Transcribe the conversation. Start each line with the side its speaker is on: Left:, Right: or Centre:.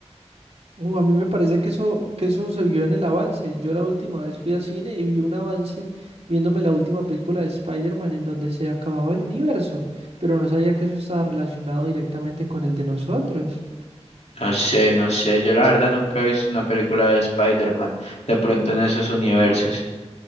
Right: Uh, a mí me parece que eso, que eso se vio en el avance. Yo la última vez fui a cine y vi un avance viéndome la última película de Spider-Man en donde se acababa el universo, pero no sabía que eso estaba relacionado directamente con el de nosotros.
Left: No sé, no sé. Yo la verdad nunca he visto una película de Spider-Man de pronto en esos universos.